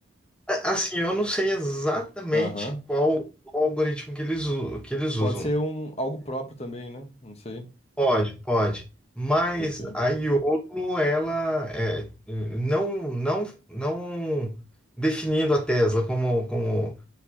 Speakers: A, in the centre; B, on the left (about 30°).
A: A- Assim, eu não sei exatamente
B: aham.
A: qual o algoritmo que eles, u- que eles usam.
B: Pode ser um, algo próprio também, né? Não sei.
A: Pode, pode. Mas
B: Perfeito.
A: a Iolo, ela é, não, não, não definindo a Tesla como, como,